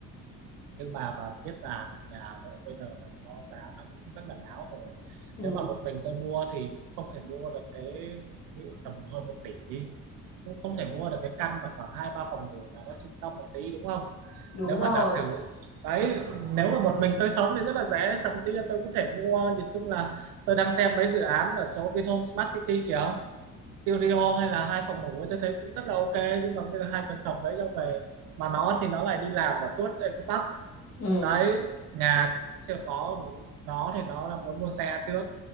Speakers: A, on the right; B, on the left.
A: nhưng mà bà biết là nhà Hà Nội bây giờ là nó giá nó cũng rất là ngáo rồi
B: ừ
A: nếu mà một mình tôi mua thì cũng không thể mua được cái ví dụ tầm hơn một tỷ đi cũng không thể mua được cái căn mà khoảng hai ba phòng ngủ mà nó trung tâm một tí đúng không
B: đúng
A: nếu mà
B: rồi
A: giả sử đấy nếu mà một mình tôi sống thì rất là dễ thậm chí là tôi có thể mua nhìn chung là tôi đang xem mấy dự án ở chỗ Vinhome Smart City kìa studio hay là hai phòng ngủ ấy tôi thấy cũng rất là ok nhưng mà bây giờ hai vợ chồng đấy cho về mà nó thì nó lại đi làm và tuốt Eco Park
B: ừ
A: đấy nhà thì cũng chưa có nó thì nó là muốn mua xe trước